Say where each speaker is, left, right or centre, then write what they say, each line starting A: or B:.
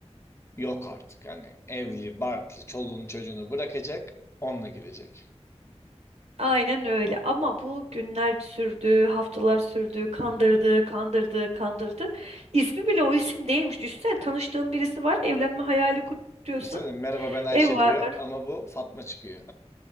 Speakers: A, on the left; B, on the right.
A: Yok artık hani evli, barklı, çoluğunu çocuğunu bırakacak. Onunla gidecek.
B: Aynen öyle ama bu günler sürdü, haftalar sürdü, kandırdı, kandırdı, kandırdı. İsmi bile o isim değilmiş. Düşünsene tanıştığın birisi var, evlenme hayali kuruyorsun.
A: Düşünsene merhaba ben Ayşe
B: Ev var.
A: diyor ama bu Fatma çıkıyor.